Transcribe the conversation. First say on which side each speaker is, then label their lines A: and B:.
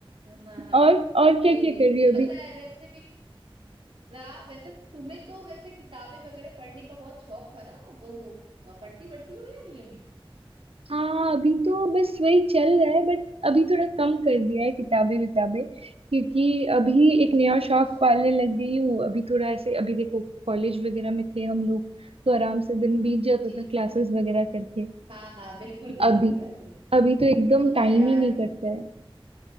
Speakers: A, on the right; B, on the right.
A: हाँ हाँ हाँ।
B: और और क्या
A: नहीं
B: क्या
A: नहीं
B: कर
A: मुझे
B: रही हो अभी
A: पता है वैसे भी वाह वैसे तो तुम्हें तो वैसे किताबें वगैरह पढ़ने का बहुत शौक था ना वो अ, पढ़ती पढ़ती हो या नहीं अभी
B: हाँ अभी तो बस वही चल रहा है बट अभी थोड़ा कम कर दिया है किताबें विताबें क्योंकि अभी
A: अच्छा
B: एक नया
A: अच्छा
B: शौक
A: अच्छा
B: पालने लग गई हूँ अभी थोड़ा ऐसे अभी देखो कॉलेज वगैरह में थे हम लोग तो आराम से दिन बीत जाता
A: जी
B: था क्लासेस वगैरह करके
A: हाँ हाँ बिल्कुल बिल्कुल
B: अभी
A: यार
B: अभी
A: बिल्कुल
B: तो एकदम
A: होता
B: टाइम
A: है यार
B: ही नहीं करता है